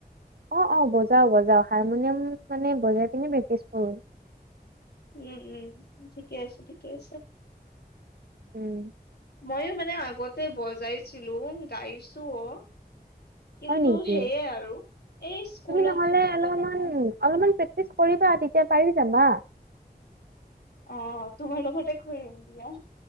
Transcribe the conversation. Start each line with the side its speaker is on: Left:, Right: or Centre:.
Right: অ' অ' বজাও বজাও হাৰমনিয়াম মানে বজাই পিনে প্ৰেক্টিচ কৰো।
Left: উম উম ঠিকে আছে ঠিকে আছে।
Right: উম।
Left: ময়ো মানে আগতে বজাইছিলো গাইছো অ'। কিন্তু
Right: হয় নেকি
Left: সেইয়ে আৰু এই স্কুলত
Right: তুমি নহ'লে
Left: থাকোতে
Right: অলপমান
Left: মানে।
Right: অলপমান প্ৰেক্টিছ কৰিবা তেতিয়া পাৰি যাবা।
Left: অ' তোমাৰ লগতে কৰিম দিয়া।